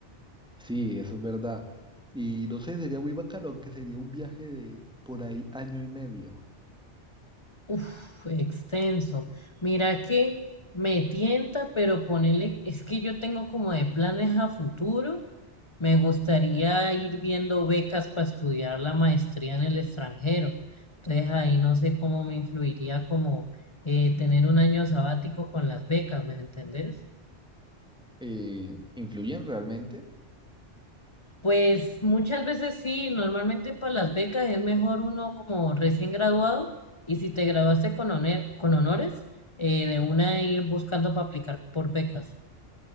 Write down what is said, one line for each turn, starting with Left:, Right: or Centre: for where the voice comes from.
Centre: Sí, eso es verdad. Y no sé, sería muy bacano, que sería un viaje de por ahí año y medio.
Left: Uf, extenso. Mira que me tienta, pero ponele, es que yo tengo como de planes a futuro. Me gustaría ir viendo becas para estudiar la maestría en el extranjero. Entonces ahí no sé cómo me influiría como eh, tener un año sabático con las becas, ¿me entendés?
Centre: Eh, ¿influyen realmente?
Left: Pues muchas veces sí, normalmente para las becas es mejor uno como recién graduado y si te graduaste con, honer- con honores, eh, de una ir buscando para aplicar por becas.